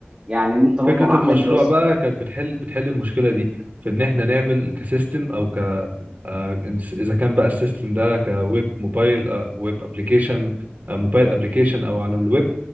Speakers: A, on the right; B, on the right.
A: يعني ان انت برضو
B: فكرة
A: عامل
B: المشروع
A: دراسة
B: بقى
A: جدوى.
B: كانت بتحل بتحل المشكلة دي في ان احنا نعمل كسيستم او ك آه، إنس- اذا كان بقى السيستم ده كويب موبايل آه، ويب ابلكيشن آه، موبايل ابلكيشن او على الويب